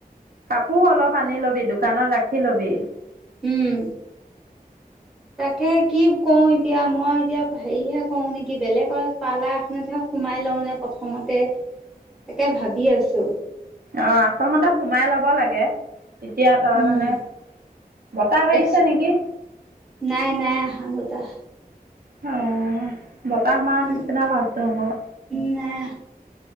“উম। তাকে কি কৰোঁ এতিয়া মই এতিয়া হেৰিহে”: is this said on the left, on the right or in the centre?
Centre